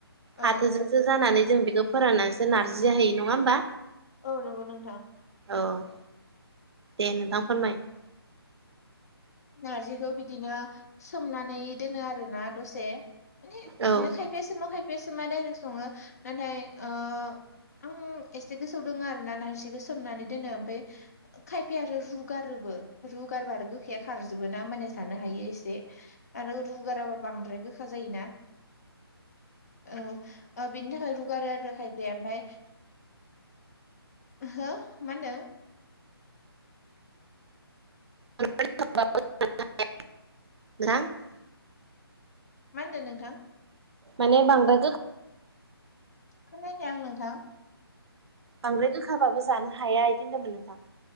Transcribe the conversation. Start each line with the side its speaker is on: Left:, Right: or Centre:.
Right: फाथोजों
Left: औ
Right: थो जानानै जों बेखौ फोराननानैसो नारजि जाहैयो नङा होमबा
Left: औ नंगौ नोंथां
Right: औ दे नोंथां फोरमायदो
Left: नारजिखौ बिदिनो सोमनानै दोनो आरोना दसे माने
Right: औ
Left: बिदिनो
Right: औ
Left: खायफ खायफासोमो खायफायासो मा दाइरेक्ट सङो नाथाय ओ आं एसे गोसोआव दोङ आरो ना नारसिंखौ सोमनानै दोनो ओमफ्राय खायफाया आरो रुगारोबो रुगारब आरो गो गोखाया खारजोबो ना माने जानो हायो एसे आरो रुगाराबा बांद्राय गो गोखा जायोना औ ओ बिनि थाखाय रुगारो आरो खायफाया ओमफ्राय हो मा होनदों?
Right: <unintelligible>
Left: मा होनदों नोंथां?
Right: माने बांद्रां गो
Left: खोनायाखै आं नोंथां
Right: बांद्राय गोखाबाबो जानो हाया बिदि होनदोंमोन नोंथां।